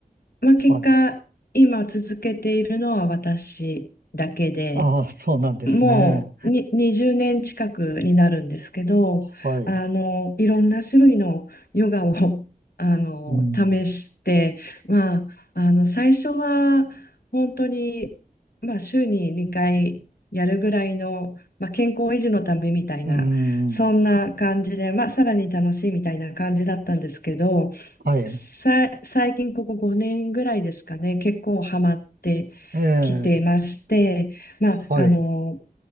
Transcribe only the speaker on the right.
はい。
ああ、そうなんですね。
はい。
うん。
うん。
はい。
ええ。
はい。